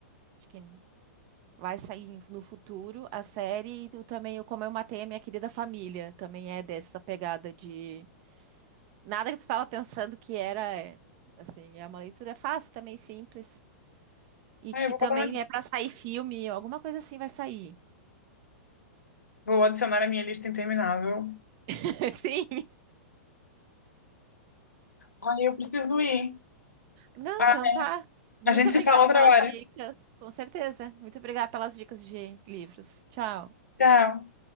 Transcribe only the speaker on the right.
Acho que vai sair no futuro a série. E tu também o Como Eu Matei a Minha Querida Família. Também é dessa pegada de. Nada que tu tava pensando que era. É. Assim, é uma leitura fácil também, simples. E
que
também
é pra sair filme, alguma coisa assim vai sair.
<laughs> Sim.
Não,
então tá. Muito
obrigada
pelas
dicas, com certeza. Muito obrigada pelas dicas de livros. Tchau.